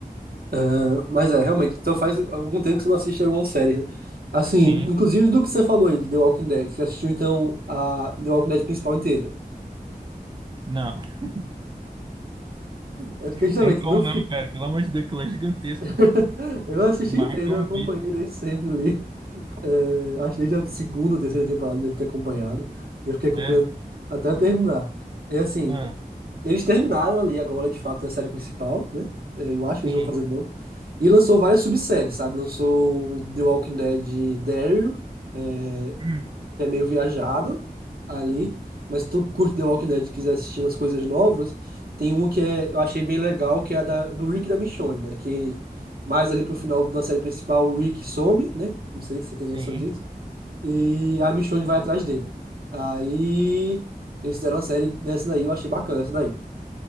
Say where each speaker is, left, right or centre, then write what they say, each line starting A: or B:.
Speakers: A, on the right (about 75°); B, on the right (about 30°).
A: Ah, mas é, realmente, então faz algum tempo que você não assiste alguma série, né? Assim,
B: sim,
A: inclusive do que você falou aí de The Walking Dead. Você assistiu, então, a The Walking Dead principal inteira?
B: não. <laughs>
A: É porque, justamente,
B: Tem como
A: no fim...
B: não, cara. Pelo amor de Deus, aquilo é gigantesco.
A: <laughs> Eu assisti
B: Marca
A: inteiro,
B: One
A: eu acompanhei
B: Piece.
A: desde sempre ali. É, acho que desde a segunda ou terceira temporada eu devo ter acompanhado. Eu fiquei acompanhando
B: É.
A: até terminar. É assim,
B: Ah,
A: eles terminaram ali agora, de fato, a série principal, né? É, eu acho que
B: sim.
A: eles não vão fazer de novo. E lançou várias subséries, sabe? Lançou o The Walking Dead Daryl, é,
B: Hum,
A: que é meio viajado ali. Mas se tu curte The Walking Dead e quiser assistir umas coisas novas, tem um que é, eu achei bem legal, que é a da, do Rick e da Michonne, né? Que mais ali pro final da série principal, o Rick some, né? Não sei se você tem
B: sim.
A: noção disso. E a Michonne vai atrás dele. Aí eles fizeram uma série nessa daí, eu achei bacana essa daí.